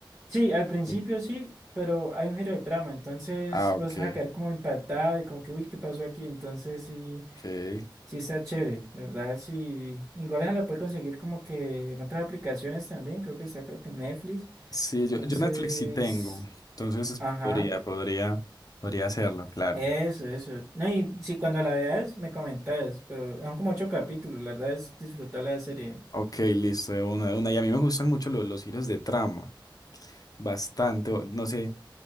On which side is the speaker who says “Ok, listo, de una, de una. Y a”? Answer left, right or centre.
Left